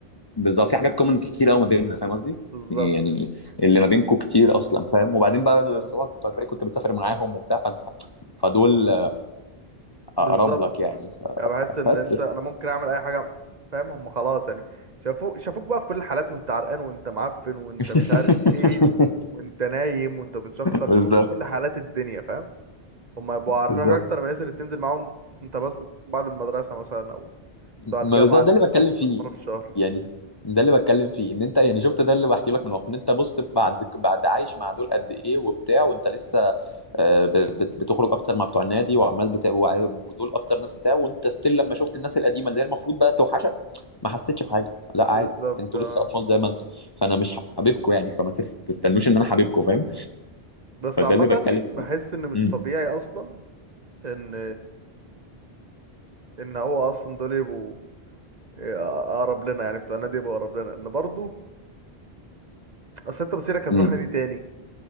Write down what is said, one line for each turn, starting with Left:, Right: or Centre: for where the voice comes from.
Left: بالظبط في حاجات كومن كتير قوي ما بيننا فاهم قصدي
Right: بالظبط
Left: يعني اللي ما بينكم كتير اصلا فاهم وبعدين بقى الصحاب
Right: اه
Left: بتوع الفريق كنت بتسافر معاهم وبتاع فانت فدول
Right: بالظبط
Left: اقرب لك يعني
Right: يعني بحس ان
Left: بس
Right: انت انا ممكن اعمل اي حاجه فاهم هم خلاص يعني شافوك شافوك بقى في كل الحالات وانت عرقان وانت معفن وانت
Left: <laughs>
Right: مش عارف ايه وانت نايم وانت بتشخر
Left: بالظبط
Right: شافوك في كل حالات الدنيا فاهم هم يبقوا عارفينك
Left: بالظبط
Right: اكتر من الناس اللي بتنزل معاهم انت بس بعد المدرسه مثلا او بتاع
Left: ما
Right: الجامعة
Left: بالظبط
Right: اللي
Left: ده اللي
Right: بتشوفهم
Left: بتكلم فيه
Right: كل مرة في الشهر
Left: يعني ده اللي بتكلم فيه ان انت يعني شفت ده اللي بحكي لك من الواقع ان انت بص بعد بعد عايش مع دول قد ايه وبتاع وانت لسه آه، ب- بت- بتخرج اكتر مع بتوع النادي وعمال بتا... وع- ودول اكتر ناس بتاع وانت ستيل لما شفت الناس القديمه اللي هي المفروض بقى توحشك ما حسيتش بحاجه لا
Right: بالظبط
Left: عادي انتوا
Right: آه.
Left: لسه اطفال زي ما انتوا فانا مش حبيبكم يعني فما تس- تستنوش ان انا حبيبكم فاهم
Right: بس
Left: فده
Right: عامة
Left: اللي بتكلم فيه
Right: بحس ان مش
Left: امم
Right: طبيعي اصلا ان ان هو اصلا دول يبقوا آه، اقرب لنا يعني بتوع النادي يبقوا اقرب لنا ان برضه اصل انت مصيرك هتروح
Left: امم
Right: نادي تاني